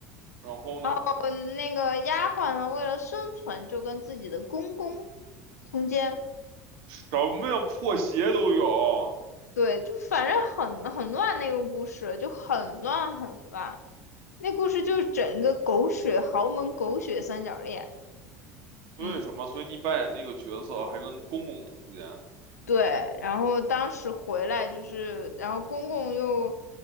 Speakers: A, on the right; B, on the left.
A: 然后呢？
B: 嗯，那个丫鬟呢，为了生存就跟自己的公公通奸。
A: 什么呀，破鞋都有，
B: 对，就反正很很乱那个故事，就很乱很乱。那故事就是整个狗血豪门狗血三角恋。
A: 为什么？
B: 嗯。
A: 所以你扮演那个角色还跟公公通奸，
B: 对，然后当时回来就是，然后公公又，